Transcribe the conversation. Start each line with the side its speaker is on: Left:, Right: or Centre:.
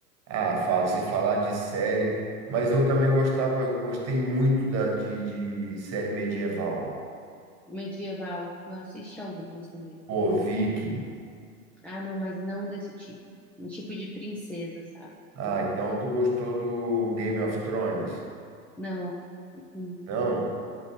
Right: Ah, fala, se falar de série, mas eu também gostava, eu gostei muito da, de, de série medieval.
Centre: Medieval, eu assisti algumas também.
Right: Pô, Viking.
Centre: Ah, não, mas não desse tipo. Um tipo de princesa, sabe?
Right: Ah,
Centre: Eu gostava.
Right: então tu gostou do Game of Thrones?
Centre: Não, uh-uh,
Right: Não?